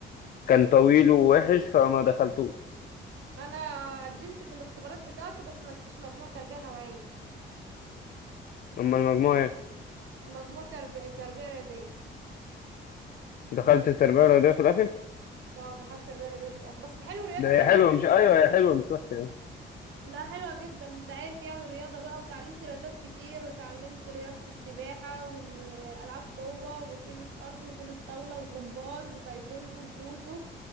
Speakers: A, on the left; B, on the right.
A: كان طويل ووحش فما دخلتوش
B: انا قدمت في الاختبارات بتاعته بس ما جبتش مجموع تربية نوعية
A: أما المجموع إيه؟
B: مجموع ترب... تربية رياضية
A: دخلت التربية الرياضية في الآخر؟
B: اه دخلت تربية رياضية في الاخر بس حلو رياضة
A: ده هي
B: حلو
A: حلوة
B: احنا كنا
A: مش أيوة هي حلوة مش وحشة يعني
B: لا حلوة جدا انت عارف يعني الرياضة بقى وتعلمت رياضات كتير وتعلمت رياضة السباحة والألعاب قوة وتنس أرضي وتنس طاولة وجمباز وتايكوندو وجودو